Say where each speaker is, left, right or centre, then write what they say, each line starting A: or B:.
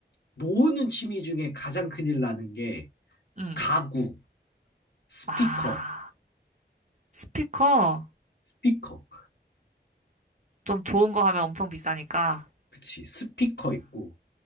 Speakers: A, on the left (about 65°); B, on the right (about 45°).
A: 모으는 취미 중에 가장 큰일 나는 게
B: 음,
A: 가구, 스피커,
B: 아, 스피커
A: 스피커.
B: 좀 좋은 거 하면 엄청 비싸니까.
A: 그치, 스피커 있고,